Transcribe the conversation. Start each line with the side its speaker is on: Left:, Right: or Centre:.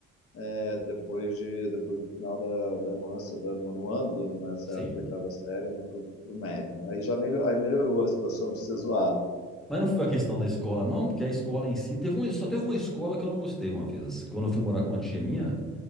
Left: né, depois, de, depois do final da, da, nona, da nono ano, do, nessa
Centre: Sim.
Left: época, oitava série, né, pro, pro médio, né? Aí já melhor, aí melhorou a situação de ser zoado.
Centre: Mas não foi a questão da escola, não, porque a escola em si teve um, só teve uma escola que eu não gostei uma vez. Quando eu fui morar com uma tia minha,